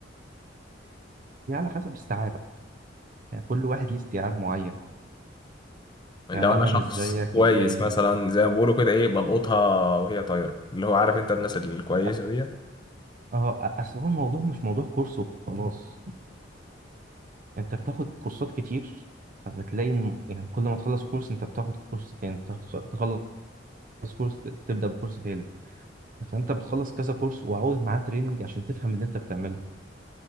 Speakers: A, on the right; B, on the left.
A: يعني على حسب استيعابك يعني كل واحد ليه استيعاب معين
B: لو
A: يعني
B: انا
A: انا
B: شخص
A: مش زيك
B: كويس
A: مش زي
B: مثلا
A: غيرك
B: زي ما بيقولوا كده ايه بلقطها وهي طايره اللي هو عارف انت الناس الكويسه
A: أ-
B: ديت
A: اه أ- اصل هو الموضوع مش موضوع كورس وخلاص انت بتاخد كورسات كتير فبتلاقي إن- يعني كل ما تخلص كورس انت بتاخد كورس تاني تخ- تخلص كورس تبدأ بكورس تالت فانت بتخلص كذا كورس وعاوز معاه تريننج عشان تفهم اللي انت بتعمله